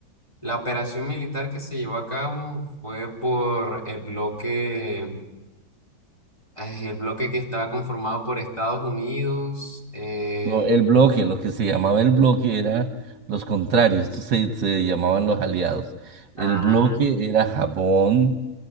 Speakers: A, on the left (about 15°); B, on the right (about 65°).
A: La operación militar que se llevó a cabo fue por el bloque, ay, el bloque que estaba conformado por Estados Unidos. eh,
B: No, el bloque, lo que se llamaba el bloque era los contrarios, estos se, se llamaban los aliados. El
A: ah,
B: bloque era Japón,